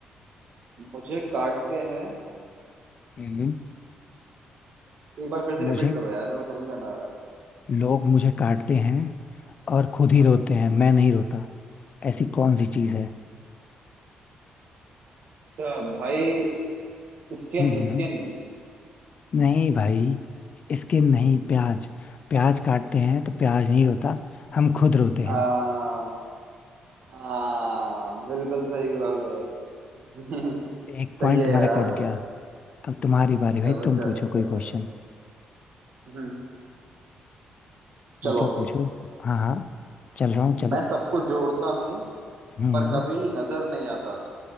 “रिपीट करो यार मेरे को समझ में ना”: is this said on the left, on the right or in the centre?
Right